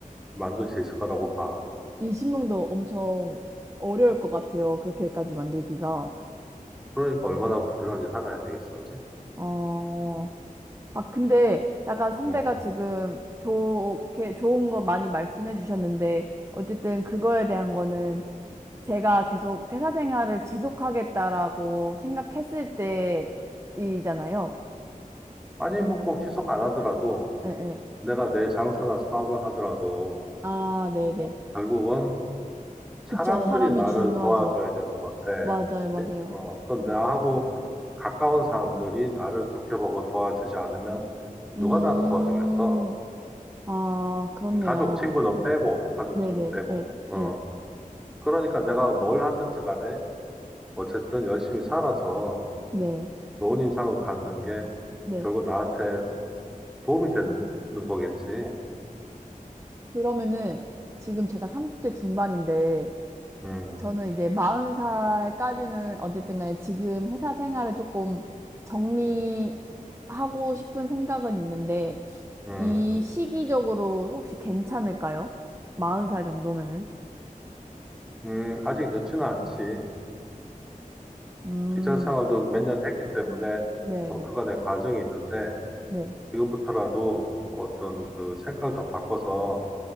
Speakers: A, in the centre; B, on the right.
A: 만들 수 있을 거라고 봐.
B: 이 신명도 엄청 어려울 것 같아요. 그렇게까지 만들기가.
A: 그러니까 얼마나 부지런히 살아야 되겠어, 그지?
B: 어, 아, 근데 약간 선배가
A: 어.
B: 지금 좋게, 좋은 거 많이 말씀해 주셨는데, 어쨌든 그거에 대한 거는 제가 계속 회사 생활을 지속하겠다라고 생각했을 때이잖아요.
A: 아니, 뭐 꼭 취소 안 하더라도
B: 예, 예.
A: 내가 내 장사나 사업을 하더라도
B: 아, 네네.
A: 어, 결국은 사람들이
B: 그쵸. 사람이
A: 나를
B: 중요하죠.
A: 도와줘야 되는 건데,
B: 맞아요,
A: 그치?
B: 맞아요.
A: 어, 그건 나하고 가까운 사람들이 나를 좋게 보고 도와주지 않으면 누가
B: 음.
A: 나를 도와주겠어?
B: 아, 그렇네요.
A: 음, 가족, 친구는 빼고, 가족,
B: 네네,
A: 친구 빼고.
B: 예,
A: 어,
B: 예,
A: 그러니까 내가 뭘 하든지 간에 어쨌든 열심히 살아서
B: 네,
A: 좋은 인상을 갖는 게
B: 네.
A: 결국 나한테 도움이 되는 거겠지.
B: 그러면은 지금 제가 30대 중반인데,
A: 음,
B: 저는 이제 40살까지는 어쨌든 간에 지금 회사 생활을 조금 정리하고 싶은 생각은 있는데,
A: 음,
B: 이 시기적으로 혹시 괜찮을까요? 40살 정도면은?
A: 음, 아직 늦지는 않지.
B: 음,
A: 직장 생활도 몇 년 했기 때문에
B: 네
A: 뭐
B: 네,
A: 그간의 과정이 있는데
B: 네,
A: 지금부터라도 어떤 그 생각을 좀 바꿔서